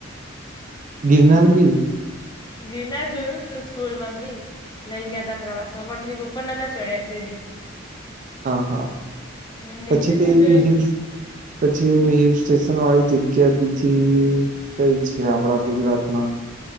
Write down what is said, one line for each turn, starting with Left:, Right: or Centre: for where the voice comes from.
Right: ગિરનાર બી
Left: ગિરનાર જોયું તું સ્કૂલ માંથી લઈ ગયા તા પ્રવાસમાં પણ થેક ઉપર નોતા ચડ્યા સીડું
Right: હા હા
Left: એમ
Right: પછી
Left: નીચેથી
Right: તે એવી
Left: જોઈ
Right: હ
Left: લીધું
Right: પછી એવી હિલ સ્ટેશન વાળી જગ્યા બીજી કઈ છે આપડા ગુજરાતમાં